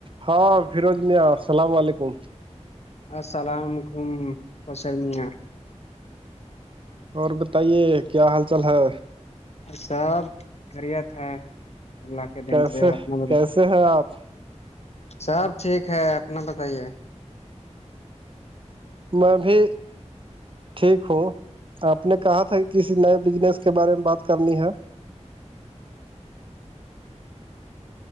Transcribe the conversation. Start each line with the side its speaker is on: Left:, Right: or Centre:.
Right: ہاں فیروز میاں السلام علیکم
Left: السلام علیکمسر میاں
Right: اور بتائیے کیا حال چال ہے
Left: سب خریت ہے اللہ کے دن
Right: کیسے
Left: سے اپنا
Right: کیسے ہیں آپ
Left: سب ٹھیک ہے اپنا بتائیے
Right: میں بھی ٹھیک ہوں آپ نے کہا تھا کسی نئے بزنس کے بارے میں بات کرنی ہے